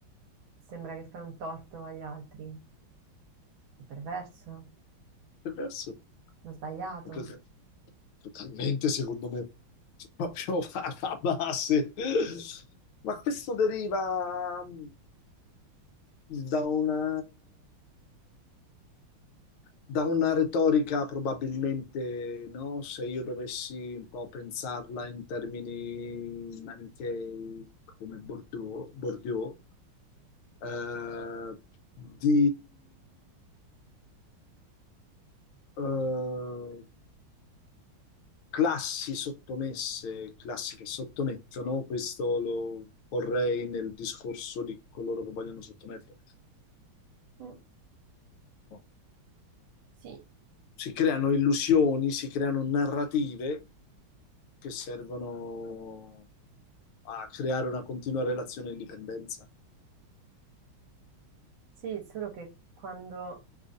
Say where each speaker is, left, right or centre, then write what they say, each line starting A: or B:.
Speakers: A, on the right; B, on the left.
A: sembra che fai un torto agli altri. È perverso,
B: Del resto,
A: è sbagliato.
B: è così. totalmente secondo me, proprio <laughs> alla base. Ma questo deriva mm, da una, da una retorica probabilmente, no? Se io dovessi un po' pensarla in termini manichei come Bordeaux, Bordeaux, eh, di eh, classi sottomesse, classi che sottomettono, questo lo porrei nel discorso di coloro che vogliono sottomettere.
A: Mm,
B: No.
A: sì,
B: Si creano illusioni, si creano narrative che servono a creare una continua relazione di dipendenza.
A: sì, solo che quando